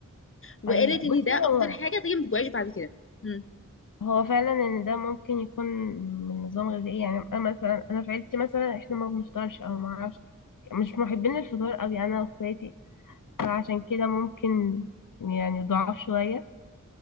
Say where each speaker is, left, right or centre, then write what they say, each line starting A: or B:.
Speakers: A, on the left; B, on the left.
A: وقالت
B: ايوه
A: ان
B: بصي
A: ده اكتر
B: هو
A: حاجه تيجي ما تجوعيش بعد كده مم.
B: هو فعلا ان ده ممكن يكون من نظام غذائي يعني انا مثلا انا في عيلتي مثلا احنا ما بنفطرش او ما اعرفش مش محبين الفطار قوي انا واخواتي فعشان كده ممكن يعني ضعاف شوية